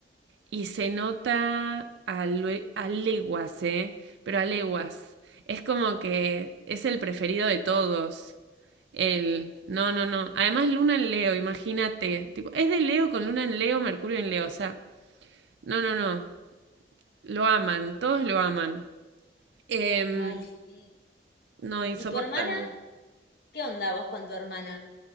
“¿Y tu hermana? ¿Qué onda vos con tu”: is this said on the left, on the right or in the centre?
Left